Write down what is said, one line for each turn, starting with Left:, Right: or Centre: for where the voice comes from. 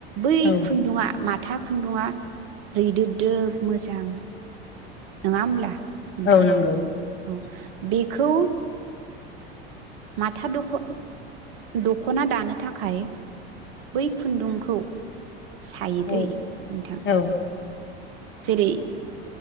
Right: बै
Left: औ
Right: खुन्दुङा माथ माथा खुन्दुङा रैदोब दोब मोजां। नङा होमब्ला नोंथां
Left: औ नंगौ
Right: औ बिखौ माथा दख दखना दानो थाखाय बै खुन्दुंखौ सायो
Left: औ
Right: दै नोंथां
Left: औ
Right: जेरै